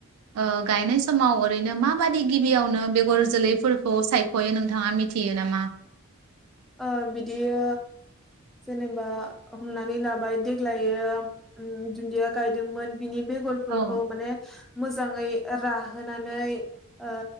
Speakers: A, on the right; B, in the centre.
A: ओ गायनाय समाव ओरैनो माबादि गिबियावनो बेगर जोलैफोरखौ सायख'यो नोंथाङा मिथि यो नामा?
B: ओ बिदियो जेनेबा हमनानै लाबाय देग्लायो उम दुन्दिया गायदोंमोन। बिनि बेगरफोरखौ
A: औ
B: माने मोजाङै राहोनानै ओ